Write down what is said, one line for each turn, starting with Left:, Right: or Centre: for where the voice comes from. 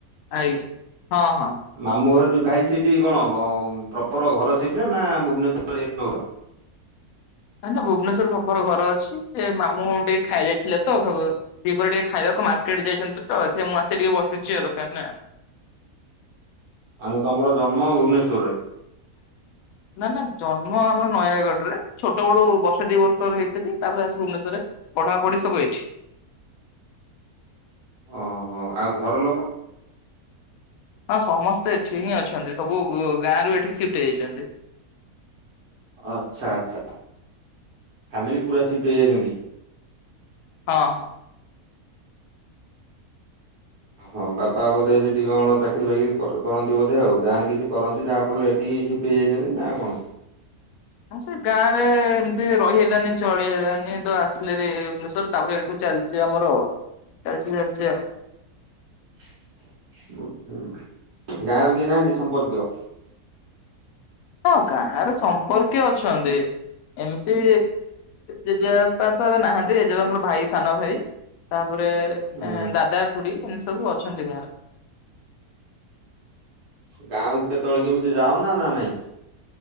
Left: ଆଜ୍ଞା ହଁ ହଁ।
Right: ମାମୁଁ ଘର ଯୋଉ ଭାଇ ସେଇଠି କଣ ପ୍ରପର ଘର ସେଇଠି ନା ଭୁବନେଶ୍ୱରରେ ଯାଇକି ରହୁଛ?
Left: ନାଇଁ ନାଇଁ ଭୁବନେଶ୍ଵର ପ୍ରପର ଘର ଅଛି। ମାମୁଁ ଟିକେ ଖାଇ ଯାଇଥିଲେ ତ ଦ୍ଵିପର ଟିକେ ଖାଇବାକୁ ମାର୍କେଟ ଯାଇଛନ୍ତି ତ ଏଥି ମୁଁ ଆସି ଟିକେ ବସିଛି ଆଉ ଦୋକାନରେ।
Right: ମାନେ ତମର ଜନ୍ମ ଭୁବନେଶ୍ଵରରେ?
Left: ନା ନା ଜନ୍ମ ଆମର ନୟାଗଡ ରେ। ଛୋଟବେଳୁ ବର୍ଷ ଦି ବର୍ଷର ହେଇଥିଲି ତାପରେ ଆସି ଭୁବନେଶ୍ଵରରେ ପଢ଼ାପଢି ସବୁ ଏଇଠି।
Right: <inaudible> ଓହୋ ଆଉ ଘର ଲୋକ?
Left: ହଁ ସମସ୍ତେ ଏଠି ହିଁ ଅଛନ୍ତି। ସବୁ ଗାଁରୁ ଏଠିକି ସିଫ୍ଟ ହେଇଯାଇଛନ୍ତି।
Right: ଆଚ୍ଛା ଆଚ୍ଛା। ଫ୍ୟାମିଲି ପୁରା ସିଫ୍ଟ ହେଇଯାଇଛନ୍ତି?
Left: ହଁ ହଁ।
Right: ହଁ ବାପା ବୋଧେ ସେଠି କଣ ଚାକିରି ବାକିରି କର କରନ୍ତି ବୋଧେ ଆ। ଗାଁରେ କିଛି କରନ୍ତି ଯାହାଫଳରେ ଏଠି କି ସିଫ୍ଟ ହେଇଯାଇଛନ୍ତି ନା କଣ?
Left: ନା ସେ ଗାଁରେ ଏମିତି ରହିହେଲାନି ଚଳିହେଲାନି ତ ଆସିଲେ ଭାରି ଭୁବନେଶ୍ୱର ତାପରେ ଏଇଠୁ ଚାଲିଛି ଆମର। ଚାଲିଚି ଚାଲିଚି ଆଉ।
Right: <inaudible> ଉଁ ହୁଁ। ଗାଁରେ ଆଉ କେହିନାହାନ୍ତି ସମ୍ପର୍କୀୟ?
Left: ହଁ ଗାଁରେ ସମ୍ପର୍କୀୟ ଅଛନ୍ତି। ଏମିତି ଜେଜେବାପା ତ ଏବେ ନାହାନ୍ତି। ଜେଜେବାପାଙ୍କର ଭାଇ ସାନ ଭାଇ ତା <unintelligible>
Right: ହୁଁ
Left: ଏଁ ଦାଦା, ଖୁଡି ଏମିତି ସବୁ ଅଛନ୍ତି ଗାଁରେ।
Right: ଗାଁକୁ କେତେବେଳେ କେମିତି ଯାାଉନା ନା ନାଇଁ?